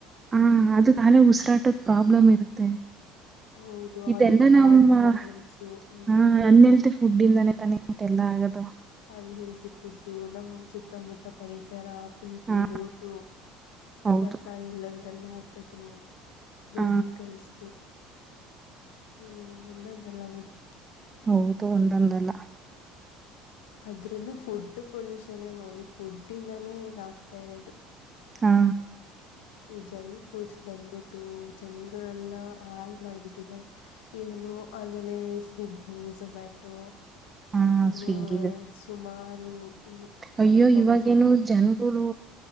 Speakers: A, on the right; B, on the left.
A: ಹಾ ಅದು ಅಲೇ ಉಸಿರಾಟದ ಪ್ರಾಬ್ಲಮ್ ಇರುತ್ತೆ
B: ಹೌದು
A: ಇದೆಲ್ಲ
B: ಅದಕ್ ಹಾರ್ಟ್
A: ನಮ್ಮ್
B: ಪ್ರಾಬ್ಲಮ್ಸು
A: ಹ
B: ಹ್ಮ್
A: ಹನ್ನೆಲ್ತೆ ಫುಡ್ ಇಂದಾನೆ ತಾನೇ ಇದೆಲ್ಲಾ ಆಗದು
B: ಅನ್ಹೆಲ್ತಿ ಫುಡ್ಡು ನಮ ಸುತ್ತ ಮುತ್ತ ಪರಿಸರ ಸುಲ್ಪು
A: ಹಾ
B: ಲೂಟು
A: ಹೌದು
B: ಕಸಾಯ ಎಲ್ಲೊಂದ್ರಲ್ಲ ಹಾಕದು ವೇಹಿಕಲ್ಸ್
A: ಹ
B: ನೀವು ಒಂದೊಂದಲ್ಲ ಬಿಡಿ
A: ಹೌದು ಒಂದೊಂದಲ್ಲ
B: ಅದ್ರಲ್ಲೂ ಫುಡ್ ಪೊಲ್ಯೂಷನ್ ನೋಡಿ ಫುಡ್ ಇಂದಾನೇ ಹೇಗ ಆಗ್ತಾ ಇರೋದು
A: ಹಾ
B: ಈ ಜಂಕ್ ಫುಡ್ಸ್ ಬಂದ್ಬಿಟ್ಟು ಜನ್ಗಳನ್ನ ಹಾಳ್ ಮಾಡ್ಬಿಟ್ಟಿದ ಏನು ಆಮೇಲೆ ಸ್ವಿಗ್ಗಿ ಝೊಮ್ಯಾಟೊ
A: ಹಾ
B: ಇನ್ನು
A: ಸ್ವಿಗ್ಗಿದು
B: ಸುಮಾರು ಇವು
A: ಅಯ್ಯೋ
B: ಪ್ಲಾಟ್ಫಾರ್ಮ್ಸ್
A: ಇವಾಗೇನು ಜನ್ಗಳು